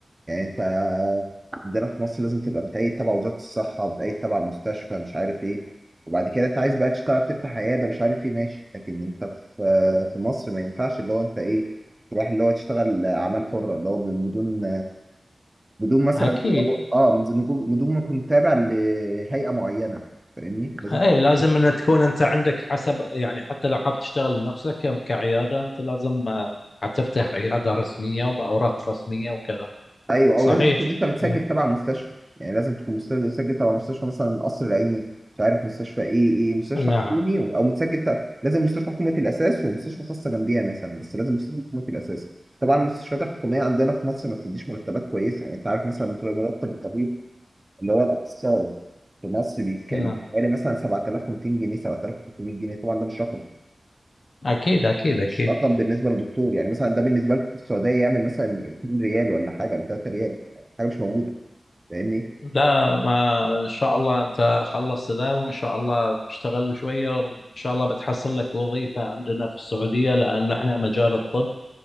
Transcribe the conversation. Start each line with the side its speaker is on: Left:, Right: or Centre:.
Right: يعني انت عندنا في مصر لازم تبقى متأيد تبع وزاره الصحه متأيد تبع مستشفى مش عارف ايه وبعد كده انت عايز بقى تشتغل تفتح عياده مش عارف ايه ماشي لكن انت في في مصر ما ينفعش اللي هو انت ايه تروح اللي هو تشتغل اعمال حره اللي هو من بدون بدون مثلا
Left: أكيد
Right: اللي هو- اه من زمن- بدون ما تكون تابع لهيئه معينه فاهمني لازم
Left: اي لازم ان تكون انت عندك حسب يعني حتى لو حاب تشتغل لنفسك ك- كعياده انت لازم آه، حتفتح عياده رسميه وباوراق رسميه وكذا
Right: ايوه او
Left: صحيح
Right: لازم تكون انت متسجل
Left: مم.
Right: تبع مستشفى يعني لازم تكون مستسجل متسجل تبع مستشفى مثلا القصر العيني مش عارف مستشفى ايه ايه مستشفى
Left: نعم
Right: حكومي او متسجل ت... لازم مستشفى حكومه الاساس ومستشفى خاصه جنبيها مثلا بس لازم مستشفى حكومه الاساس طبعا المستشفيات الحكوميه عندنا في مصر ما بتديش مرتبات كويسه يعني انت عارف مثلا متر- مرتب الطبيب اللي هو الاخصائي في مصر بيك-
Left: نعم
Right: بيبقى حوالي مثلا 7200 جنيه 7300 جنيه طبعا ده مش رقم
Left: اكيد اكيد اكيد
Right: مش رقم بالنسبه للدكتور يعني مثلا ده بالنسبه لكم في السعوديه يعمل مثلا 2 ريال ولا حاجه ولا 3 ريال حاجه مش موجوده فاهمني؟
Left: لا ما ان شاء الله انت خلصت ذا وان شاء الله اشتغل شويه وان شاء الله بتحصل لك وظيفه عندنا في السعوديه لان احنا مجال الطب